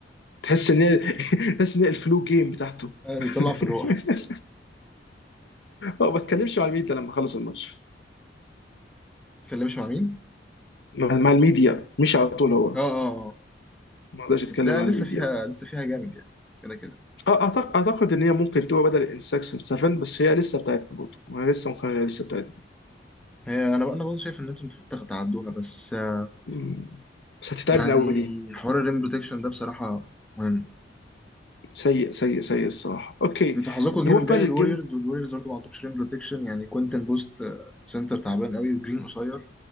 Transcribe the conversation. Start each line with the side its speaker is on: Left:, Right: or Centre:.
Left: تحس ان هي <laughs> تحس ان هي الفلو جيم بتاعته
Centre: آه،
Left: <laughs>
Centre: بيطلع في الروح
Left: اه ما اتكلمش مع الميديا لما خلص الماتش
Centre: اتكلمش مع مين
Left: مع مع الميديا مش على طول هو
Centre: اه اه آه.
Left: ما اقدرش اتكلم
Centre: بس هي
Left: مع
Centre: لسه
Left: الميديا
Centre: فيها لسه فيها جامد يعني كده كده
Left: اعتقد اعتقد ان هي ممكن تبقى بدل انسكشن 7 بس هي لسه بتاعتنا برضه انا لسه مقتنع إنها لسه بتاعتنا
Centre: هي انا بقى انا برضه شايف ان انتم المفروض تاخد- تعدوها بس آه،
Left: مم. بس هتتعبنا
Centre: يعني
Left: قوي دي
Centre: حوار الريم بروتكشن ده بصراحه مهم
Left: سيء سيء سيء الصراحه اوكي
Centre: انتوا حظكم الجيم
Left: نروح
Centre: الجاي
Left: بقى للجيم
Centre: الوريورز والوريورز برضه ما عندهمش ريم بروتكشن يعني كوينتن بوست آه، سنتر تعبان قوي وجرين قصير